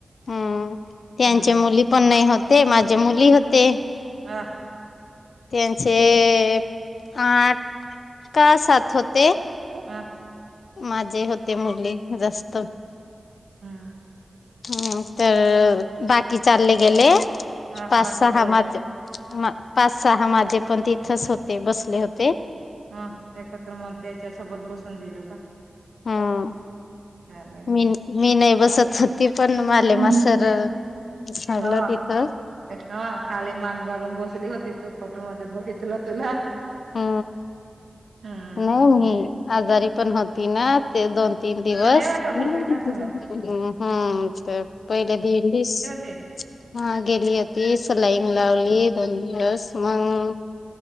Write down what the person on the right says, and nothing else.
हम्म
<inaudible>
हं!
हम्म
चाल
हा
बाकीचे
हा एकत्र मग त्याच्या सोबत बसून दिलं का?
चालेल
ते
पण
हा
हा खाली मान घालून बसली होती तू फोटो मधे बघित ल तुला.
हम्म
तुला
नाही वाटत
होते
का तुला
हे!